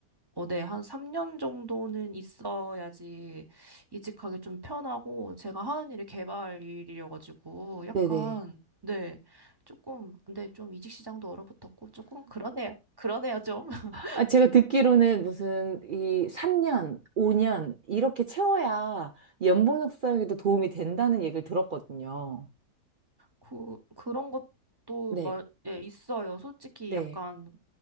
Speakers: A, on the right; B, on the right.
A: 어, 네, 한 3년 정도는 있어야지 이직하기 좀 편하고, 제가 하는 일이 개발 일이어가지고, 약간,
B: 네네.
A: 네, 조금, 근데 좀 이직 시장도 얼어붙었고, 조금 그러네요. 그러네요, 좀. <laughs>
B: 아, 제가 듣기로는 무슨 이 3년, 5년 이렇게 채워야 연봉 협상에도 도움이 된다는 얘기를 들었거든요.
A: 그, 그런 것도,
B: 네.
A: 마, 예, 있어요. 솔직히
B: 네.
A: 약간,